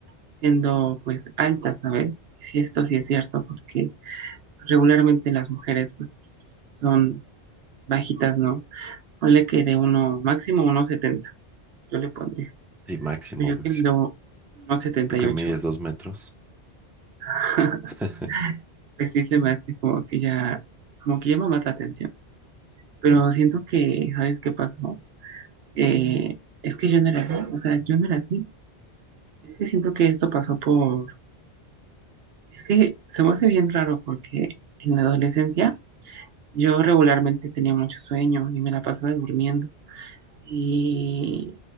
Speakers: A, on the right; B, in the centre.
A: siendo pues alta, ¿sabes? Y si esto sí es cierto, porque regularmente las mujeres pues son bajitas, ¿no? Ponle que de uno, máximo uno setenta yo le pondría.
B: Sí, máximo,
A: Pero
B: máximo.
A: Yo que mido uno setenta
B: Tú que
A: y ocho
B: mides dos metros.
A: <laughs>
B: <laughs>
A: Pues sí se me hace como que ya, como que llama más la atención. Pero
B: Mm,
A: siento que, ¿sabes qué pasó? Eh, es que yo no era así, o sea, yo no era así. Es que siento que esto pasó por, es que se me hace bien raro porque en la adolescencia yo regularmente tenía mucho sueño y me la pasaba durmiendo. Y,